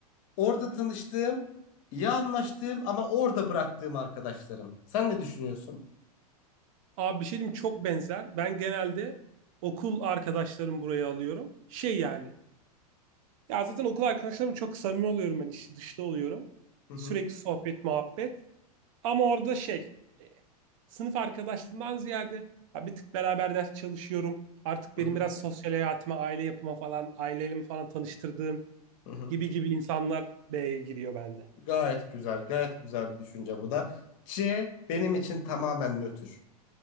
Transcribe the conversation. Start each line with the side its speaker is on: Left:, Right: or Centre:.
Left: Orada tanıştığım, iyi anlaştığım ama orada bıraktığım arkadaşlarım. Sen ne düşünüyorsun?
Right: Abi bir şey diyeyim çok benzer. Ben genelde okul arkadaşlarımı buraya alıyorum. Şey yani. Ya zaten okul arkadaşlarımla çok samimi oluyorum ben. içli dışlı oluyorum.
Left: Hı hı.
Right: Sürekli sohbet, muhabbet. Ama orada şey. e, Sınıf arkadaşlığından ziyade ya bir tık beraber ders çalışıyorum. Artık
Left: Hı
Right: benim
Left: hı.
Right: biraz sosyal hayatıma, aile yapıma falan, ailemi falan tanıştırdığım
Left: Hı hı.
Right: gibi gibi insanlar B'ye giriyor bende.
Left: Gayet güzel, gayet güzel bir düşünce bu da. C benim için tamamen nötr.